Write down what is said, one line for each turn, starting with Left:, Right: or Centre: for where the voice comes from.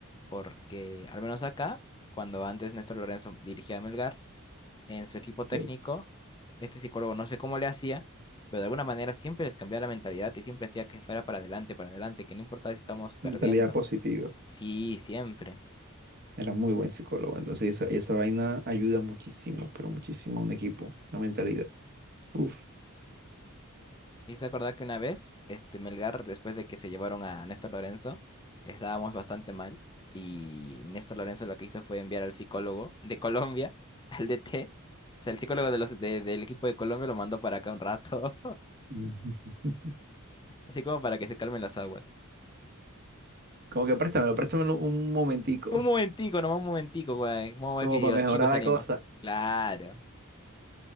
Left: porque al menos acá, cuando antes Néstor Lorenzo dirigía a Melgar, en su equipo técnico,
Right: Ok.
Left: este psicólogo no sé cómo le hacía, pero de alguna manera siempre les cambiaba la mentalidad y siempre hacía que fuera para adelante, para adelante, que no importaba si estamos perdiendo.
Right: Mentalidad positiva.
Left: Sí, siempre.
Right: Era muy buen psicólogo. Entonces, esa, esa vaina ayuda muchísimo, pero muchísimo a un equipo, la mentalidad. Uf.
Left: Me hice acordar que una vez, este Melgar, después de que se llevaron a Néstor Lorenzo, estábamos bastante mal y Néstor Lorenzo lo que hizo fue enviar al psicólogo de Colombia, <laughs> al DT, o sea, el psicólogo de los, de- del equipo de Colombia lo mandó para acá un rato.
Right: <laughs>
Left: Así como para que se calmen las aguas.
Right: Como que préstamelo, préstamelo un momentico,
Left: Un momentico, nomás un momentico, güey. Vamos
Right: <laughs>
Left: a
Right: como
Left: ver que si
Right: para
Left: los
Right: mejorar
Left: chicos
Right: la
Left: se animan.
Right: cosa.
Left: Claro.